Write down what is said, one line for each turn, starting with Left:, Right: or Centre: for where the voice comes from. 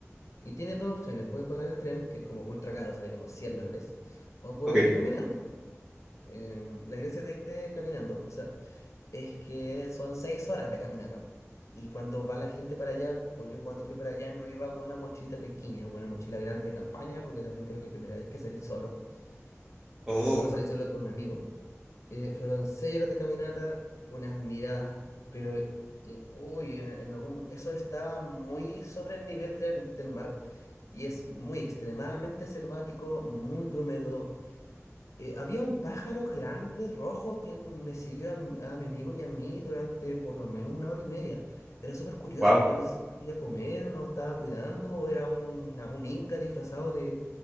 Left: Y tienes dos opciones. Puedes pagar el tren, que es como ultra caro, sale como 100 dólares, o puedes
Right: Ok.
Left: irte caminando. Em, la gracia de irte caminando, o sea, es que son seis horas de caminata. Y cuando va la gente para allá, o yo cuando fui para allá, no iba con una mochilita pequeña, o una mochila grande de campaña, porque también creo que es primera vez que salí solo.
Right: Oh,
Left: Eh, bueno, salí solo con un amigo. Eh, fueron seis horas de caminata, unas miradas, pero y- uy, en, en algún, eso está muy sobre el nivel del, del mar y es muy extremadamente selvático, muy húmedo. Eh, había un pájaro grande rojo que me siguió a, mi a mi amigo y a mí durante por lo menos una hora y media. Era súper curioso,
Right: wow.
Left: yo no sé si quería comer o no estaba cuidando o era un, una- un inca disfrazado